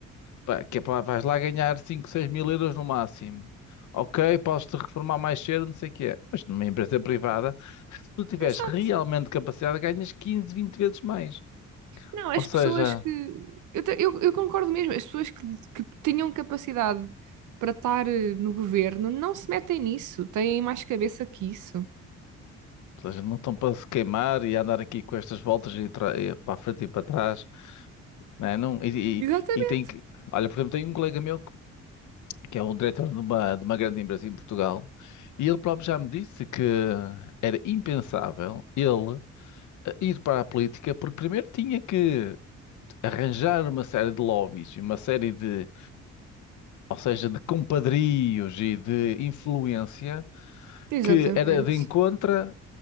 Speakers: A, on the left; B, on the right.
A: Pá, que é pá, vais lá ganhar 5 seis mil euros no máximo. Ok, podes-te reformar mais cedo, não sei o que é. Mas numa empresa privada, se tu tiveres
B: Exato.
A: realmente capacidade, ganhas 15, 20 vezes mais.
B: Não, as
A: Ou seja,
B: pessoas que. Eu, te- eu, eu concordo mesmo, as pessoas que, que tinham capacidade para estar eh, no governo não se metem nisso, têm mais cabeça que isso.
A: ou seja, não estão para se queimar e andar aqui com estas voltas e, tra- e para a frente e para trás. Né? Não, e,
B: Exatamente.
A: e, e tem que. Olha, por exemplo, tem um colega meu que que é um diretor de uma, de uma grande empresa em Portugal e ele próprio já me disse que era impensável ele eh, ir para a política porque primeiro tinha que arranjar uma série de lobbies, uma série de, ou seja, de compadrios e de influência
B: Exatamente.
A: que era de encontra,